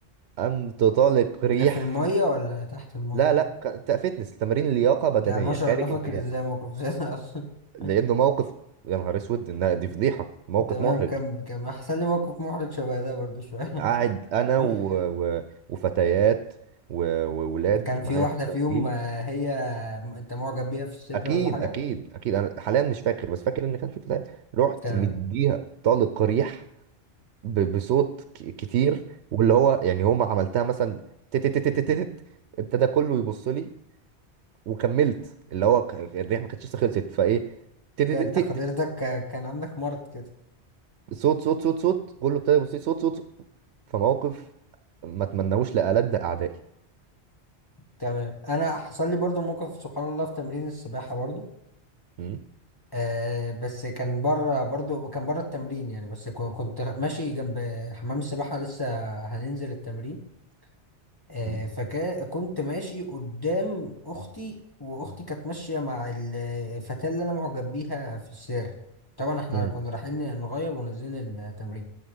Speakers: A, on the right; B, on the left.
A: قمت طالق ريح
B: ده في المية ولا تحت المية
A: لا لا ك- ت- فتنس تمارين اللياقه
B: انت
A: بدنيه
B: ما شاء
A: خارج
B: الله فاكر
A: المياه
B: ازاي موقف زي ده اصلا <laughs>
A: لانه موقف يا نهار اسود انها دي فضيحه موقف
B: تمام
A: محرج
B: كمل كمل احسن لي موقف محرج شبه ده برضه شوية
A: قاعد انا
B: <laughs>
A: و... و... وفتيات و- وولاد
B: كان في
A: معايا
B: واحدة
A: في التمرين
B: في يوم آه، هي آه، انت معجب بيها في السر
A: اكيد
B: ولا حاجة
A: اكيد اكيد انا حاليا مش فاكر بس فاكر ان كان في فتاة رحت
B: تمام
A: مديها طلق ريح ب- بصوت ك- كتير واللي هو يعني هما عملتها مثلا تت تت تت تت تت، ابتدى كله يبص لي وكملت اللي هو ك- الريح ما كانتش لسه خلصت فايه تت
B: ده
A: تت
B: انت حضرتك
A: تت تت،
B: كان عندك مرض كده
A: صوت صوت صوت صوت كله ابتدى يبص لي صوت صوت صوت. فموقف ما اتمناهوش لألد اعدائي
B: تمام انا حصل لي برضو موقف سبحان الله في تمرين السباحه برضو
A: م-
B: آه بس كان بره برضو كان بره التمرين يعني بس كو- كنت ماشي جنب حمام السباحه لسه هننزل التمرين آه
A: م-
B: فكنت ماشي قدام اختي واختي كانت ماشيه مع الفتاه اللي انا معجب بيها في السير طبعا احنا
A: م-
B: كنا رايحين نغير ونزلنا التمرين